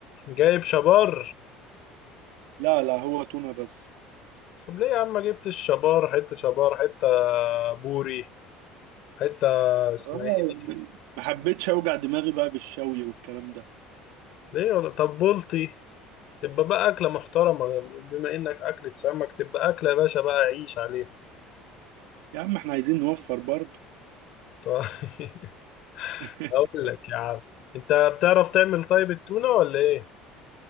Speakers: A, on the left; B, on the right.
A: جايب شبار
B: لا لا هو تونة بس
A: طب ليه يا عم ما جبتش شبار حته شبار حته بوري حته اسمها
B: والله
A: ايه
B: يعني
A: دي
B: ما حبيتش اوجع دماغي بقى بالشوي والكلام ده
A: ليه ولا طب بلطي تبقى بقى أكلة محترمة بما إنك أكلة سمك تبقى أكلة يا باشا بقى عيش عليها
B: يا عم احنا عايزين نوفر برضه
A: طيب <laughs>
B: <laughs>
A: أقول لك يا عم أنت بتعرف تعمل طيب التونة ولا إيه؟